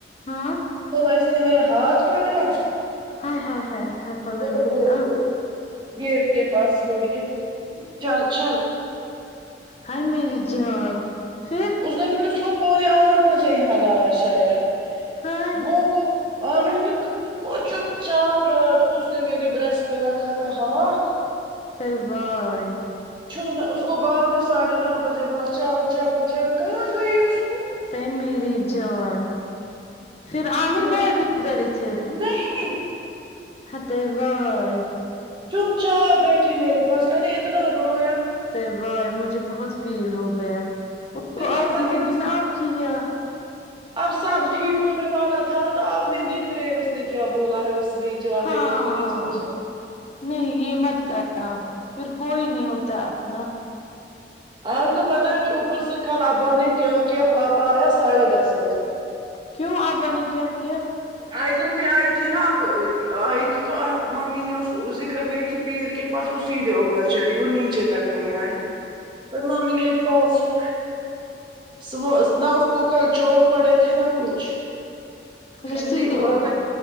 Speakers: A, on the left; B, on the right.
A: ہاں
B: تو بھائی اس نے میرا ہاتھ پکڑا
A: ہائے ہاں ہ ہ <unintelligible>
B: اور اور گیٹ کے پاس ہولی ہے چل چل
A: ہائے میری جان پھر
B: اس نے پھر اس کو پونے آٹھ بجے یہاں لایا شاعرہ
A: ہائے
B: وہ عامر پھر وہ چپ چاپ رات کو اس نے میری برسٹ میرا کھاتا ہاتھ
A: طیبہ ائی
B: چھونا اس کو باپ نے ساڑھے نو بجے بولا چل چل چل کہاں گئی اس کو
A: اے میری جان پھر عامر
B: مجھے
A: بھیا بھی ادھر ہی تھے
B: نہیں
A: ہتے بھائی
B: چپ چاپ بیٹھی میرے پاس میں نے اتنا رویا
A: تو بھائی مجھے بہت فیل ہو گیا اس
B: دیکھ
A: کو آتی
B: اللہ کی
A: ہوگی
B: قسم
A: نا آپ کی یا
B: اب سب
A: اس
B: ٹھیک ہونے والا تھا تو اپ نہیں دیکھ رہے اس نے کیا بولا ہے اس بیچ والے
A: ہاں
B: کو پولیس اسٹیشن
A: نہیں یہ مت کرنا پھر کوئی نہیں ہوتا اپنا
B: آپ کو پتہ ہے پھر اوپر سے کل ابا نے کیا کیا پاپا آیا ساڑھے دس بجے
A: کیوں آبا نے کیا کیا
B: آئزل بھی آئی تھی نا اب آئی تھی تو اب ممی نے اس وہ ذکر گئی تھی پیر کے پاس وہ سیدھے اوپر چڑھی وہ نیچے تک نہیں آئی پھر ممی نے <unintelligible> صبح نہ اس کو کلچو پڑے تھے نہ کچھ پھر
A: رسی
B: بھی
A: دے
B: بولا
A: اوپر
B: میں